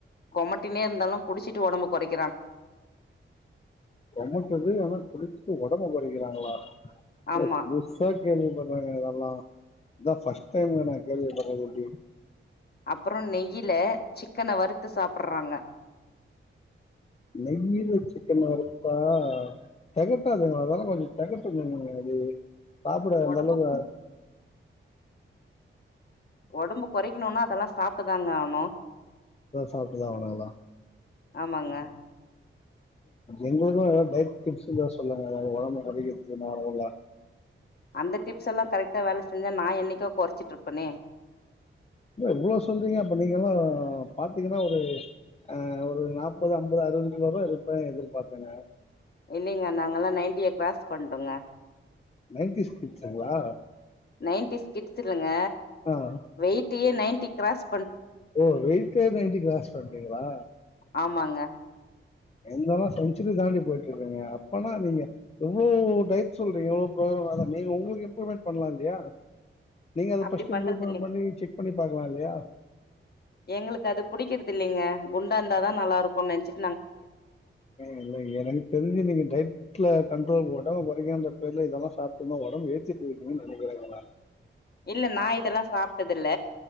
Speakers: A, on the left (about 50°); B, on the left (about 30°).
A: கொமட்டினே இருந்தாலும் குடிச்சிட்டு உடம்பு குறைக்க
B: கொட்டுது ஆனா குடிச்ச உடம்பு வரை இருக்கிறாங்களா
A: ஆமா
B: புதுசா கேள்வி பறங்கல்லா இந்தான் ஃஸ்ட் டைம் கேள்வி பரறதுடி
A: அப்புறம் நெயில சிக்கன வறுத்து சாப்பிடுறாங்க
B: நெய்யில சிக்கன் வருப்பா தகட்டாதுங்க அதாலாம் கொஞ்சம் தகட்டுதுங்க அது சாப்புட
A: ஒடம்பு
B: நல்லதுதா
A: ஒடம்பு கொறைக்கணும்னா அதல்லா சாப்ட்டுதாங்க ஆவுனு
B: அத சாப்ட்டுதா வேணாங்களா
A: ஆமங்க
B: எங்களுக்கு ஏதாது டயட் டிப்ஸ் இருந்தா சொல்லுங்க ஒடம்பு கொறைக்கறதுக்கு என்னாவுள்ள
A: அந்த டிப்ஸ் எல்லா கரெக்ட்டா வேல செஞ்சா நா என்னைக்கோ கொறைச்சிட்டுருப்பனே
B: எவ்ளோ சொல்றீங்க அப்ப நீங்க எல்லா பாத்தீங்கன்னா ஒரு ஆ ஒரு நாற்பது அம்பது அறுபது கிலோ இருப்பே எதிர்பாத்தங்க
A: இல்லங்க நாங்கல்லா நைன்ட்டிய க்ராஸ் பன்டோங்க
B: நைன்டிஸ் கிட்ஸுங்களா
A: நைன்டிஸ் கிட்ஸ் இல்லங்க
B: ஆ
A: வெயிட்டயே நைன் சிக்ராஸ்
B: ஓ வெயிட்டே நைன்ட்டி க்ராஸ் பண்றீங்களா
A: ஆமாங்க
B: எந்தல்லா செஞ்சுரி தாண்டி போயிட்டு இருக்கீங்க அப்பனா நீங்க எவ்வளோ டைட் சொல்றீங்க எவ்ளோ நீங்க உங்களுக்கு இம்ப்ளிமெண்டட் பண்லா இல்லையா நீங்க அத
A: அப்டி
B: பஸ்ட்
A: பண்றது
B: இம்ப்ளிமெண்ட்
A: இல்லைங்க
B: பண்ணி செக் பண்ணி பாக்கலா இல்லயா
A: எங்களுக்கு அது புடிக்கறதில்லங்க குண்டாந்தாதா நல்லா இருக்கும்னு நெனச்சு
B: இல்ல எனக்கு தெரிஞ்சு நீங்க டயட்ல கண்ட்ரோல் ப உடம்ப வ வருக பேர்ல இதெல்லா சாப்ட்டுன்னா ஒடம்பு ஏற்றி பொய்ருக்கீன்னு நெனைக்கிறே இதல்லா
A: இல்ல நா இதல்லா சாப்ட்டதில்ல